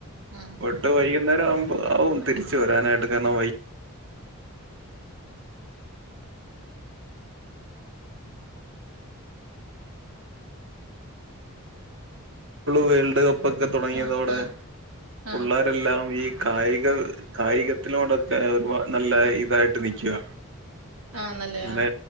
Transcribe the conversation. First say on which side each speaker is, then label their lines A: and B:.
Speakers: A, on the right; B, on the right.
A: ആഹ
B: ട്ട് വൈകുന്നേരം ആവുമ്പോ ആവും തിരിച്ച് വരാനായിട്ട് കാരണം വേൾഡ് കപ്പ് ഒക്കെ തുടങ്ങിയതോടെ
A: ആഹ് ആഹ് ആഹ്
B: ഉള്ള ല്ലാം ഈ കായിക കായികത്തിലോടൊക്കെ ഒരു നല്ല ഇതായിട്ട് നിൽക്കുക
A: ആഹ്ന്നല്ലേ
B: ഇന്നലെ
A: ആ